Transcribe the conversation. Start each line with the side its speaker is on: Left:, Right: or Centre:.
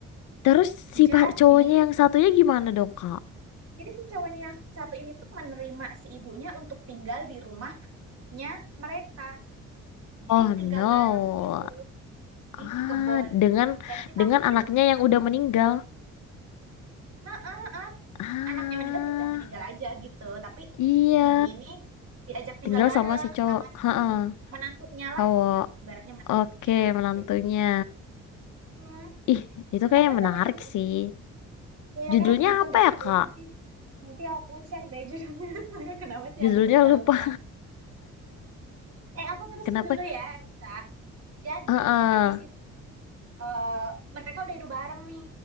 Left: terus si
Right: Jadi,
Left: pa- cowoknya yang satunya gimana dong, Kak?
Right: jadi si cowoknya yang satu ini tuh menerima si ibunya untuk tinggal di rumahnya mereka Jadi
Left: Oh no.
Right: tinggal bareng gitu
Left: Ah,
Right: di si kebon.
Left: dengan
Right: Dan kita
Left: dengan
Right: pikir,
Left: anaknya yang udah meninggal.
Right: "Hah, ah, ah,
Left: Ah,
Right: anaknya meninggal ya udah meninggal aja gitu. Tapi
Left: iya.
Right: si ibu ini diajak tinggal
Left: Tinggal
Right: bareng
Left: sama si cowok.
Right: sama
Left: Heeh,
Right: si menantunya lah,
Left: cowok.
Right: ibaratnya menantunya
Left: Oke, menantunya.
Right: gitu. Hmm,
Left: Ih, itu kayaknya
Right: terus
Left: menarik
Right: habis itu
Left: sih.
Right: ya, ya
Left: Judulnya
Right: kayak harus nonton
Left: apa
Right: deh
Left: ya,
Right: coba
Left: Kak?
Right: ya nanti nanti aku cek deh judulnya <laughs> kenapa sih
Left: Judulnya
Right: aku suka
Left: lupa.
Right: lupa eh aku terusin
Left: <laughs> Kenapa?
Right: dulu ya Risa jadi
Left: Heeh.
Right: abis itu eh, mereka udah hidup bareng nih.